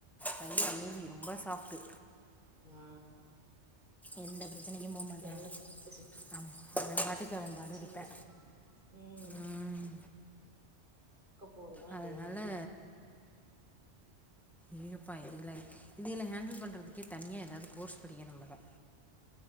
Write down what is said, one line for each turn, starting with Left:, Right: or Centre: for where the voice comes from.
Centre: பையன் அமைதி ரொம்ப சாஃப்ட்டு
Right: ஆஹ்
Centre: எந்தாது சண்டைக்கே போ மாட்டா
Right: எங்க வீட் சின்ன
Centre: அவ அவ பாட்டுக்கு அவனக்ஷ பாடு
Right: சின்ன
Centre: இருப்பா
Right: ம்
Centre: ம்
Right: அக்க போருதா
Centre: அதனால
Right: டெய்லி
Centre: இழுபா இல்லன் இதுங்குல ஹேண்டல் பண்ணுறதுக்கே தனியா ஏதாது கோர்ஸ் படிக்கனு போல